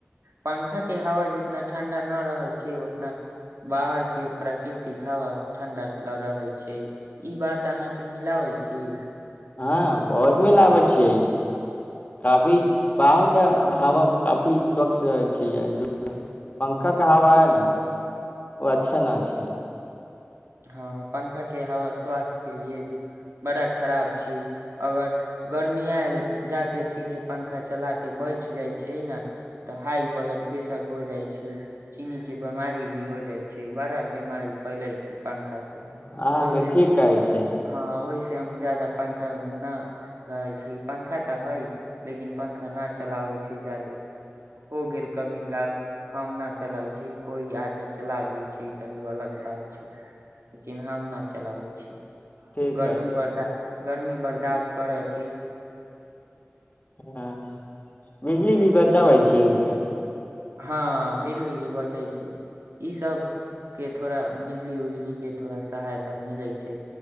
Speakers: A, on the right (about 80°); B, on the left (about 35°).
A: पंखा के हवा जितना ठंडा न रहे छै उतना बाहर के प्रकृतिक हवा ठंडा रहे छै ई बात अहाँ के मिलाबे छी
B: हँ बहुत मिलाबै छियै काफी बाहर के हवा काफी स्वच्छ रहै छै पंखा के हवा है ने ओ अच्छा न छै
A: हँ पंखा के हवा स्वास्थ्य के लिए भी बड़ा खराब छी अगर गर्मिया जा केे सीधे पंखा चला के बैठ जाइ छियै ने तऽ हाई ब्लड प्रेशर हो जाइ छै चीनी के बीमारी भी हो जाइ छै बड़ा बीमारी फैलैत छै पंखा
B: अहाँके
A: ओहि से
B: ठीक कहै छै
A: हँ ओहि हम जदाा पंखा मे न रहै छी पंखा तऽ हइ लेकिन पंखा न चलाबै छै ज्यादे हो गेल कभी क हम न चलाब छै कोई आके चला दे छै तब ओ अलग बात <unintelligible> लेकिन हम न चलाबै छी
B: ठीक
A: गर्मी
B: अछि
A: बर्दा गर्मी बर्दास्त करैके
B: हँ बिजली भी बचाबै छी ओहिसँ
A: हँ बिजली भी बचै छै ईसभके थोड़ा बिजली उजली के थोड़ा सहायता मिलै छै